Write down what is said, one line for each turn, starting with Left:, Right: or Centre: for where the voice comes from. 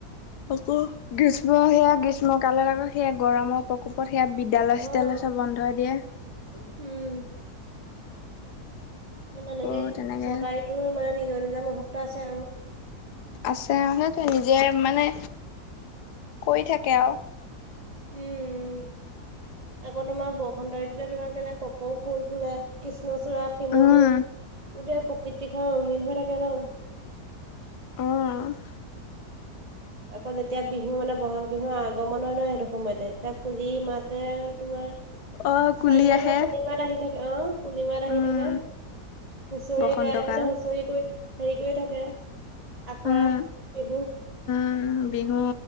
Left: অকো গ্ৰীষ্ম সেয়া গ্ৰীষ্মকালত আকৌ সেয়া গৰমৰ প্ৰকোপত সেয়া বি- ডালচ-তেলচ
Right: অ',
Left: চৱ বন্ধ দিয়ে।
Right: উম' তেনেকে
Left: আকৌ তেনেকে
Right: ছটা ৰীতুৰো মানে নিজৰ নিজৰ মহত্ব আছে আৰু।
Left: আছে আ সেইটোৱেই নিজে মানে, কৰি থাকে আঔ।
Right: উম্। আকৌ তোমাৰ বসন্ত ঋতু তোমাৰ কেলে কপৌ ফুল ফুলে কৃষ্ণচূড়া, শিমলু।
Left: উম,
Right: গোটেই প্ৰকৃতিখন ৰঙীন হৈ থাকে বাৰু।
Left: অঁ
Right: আকৌ যেতিয়া বিহু মানে বহাগ বিহুৰ আগমন হয় ন' সেইটো সময়তে তেতিয়া কুলি মাতে তোমাৰ
Left: অ', কুলি
Right: চাৰিওফালে
Left: আহে
Right: কুলি মাত আহি থাকে আৰু, কুলি মাত আহি
Left: উম,
Right: থাকে। হুঁচৰি
Left: বসন্তকাল
Right: গায় মানে হুঁচৰি কৰি, হেৰি কৰি থাকে আখৰা
Left: উম,
Right: এইবো
Left: উম' বিহু